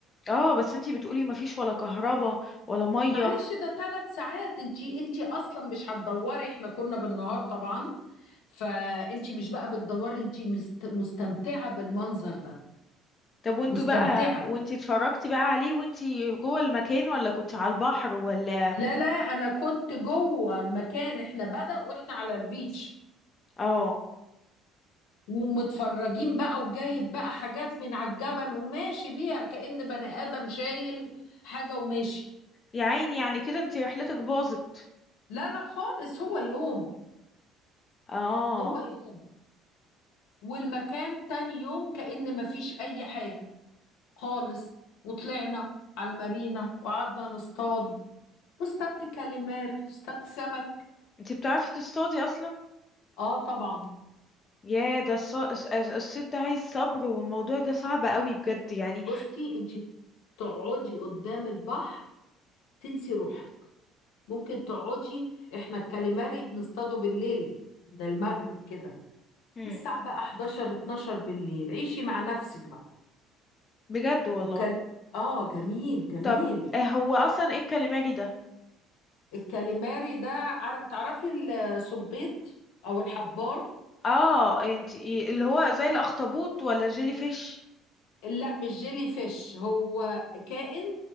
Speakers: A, on the left; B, on the left.
A: اه بس انتي بتقولي مفيش ولا كهرباء ولا مية
B: معلش ده ثلاث ساعات انتي انتي اصلا مش هتدوري احنا كنا بالنهار طبعا فانتي مش بقى بتدوري انتي مست- مستمتعة بالمنظر ده
A: طب وانتوا
B: مستمتعة
A: بقى وانتي اتفرجتي بقى عليه وانتي جوه المكان ولا كنت على البحر ولا
B: لا لا انا كنت جوه المكان احنا بدأ واحنا على البيتش
A: اه
B: ومتفرجين بقى وجايب بقى حاجات من على الجبل وماشي بيها كأن بني آدم شايل حاجة وماشي
A: يا عيني يعني كده انتي رحلتك باظت
B: لا لا خالص هو يوم
A: اه
B: هو يوم والمكان تاني يوم كأن مفيش أي حاجة خالص وطلعنا على المارينا وقعدنا نصطاد واصطادت كاليماري اصطادت سمك
A: انتي بتعرفي تصطادي اصلا
B: اه طبعا
A: يا ده الص- الص- الصيد ده عايز صبر والموضوع ده صعب قوي بجد يعني
B: بصي انت تقعدي قدام البحر تنسي روحك ممكن تقعدي احنا الكاليماري بنصطاده بالليل من المغرب كده
A: مم.
B: للساعة بقى 11 12 بالليل عيشي مع نفسك بقى
A: بجد والله
B: وكال... اه جميل جميل
A: طب آه، هو اصلا ايه الكاليماري ده
B: الكاليماري ده عر... تعرفي الصبيط او الحبار
A: اه انتي إيه- اللي هو زي الاخطبوط ولا جيلي فيش
B: لا مش جيلي فيش هو كائن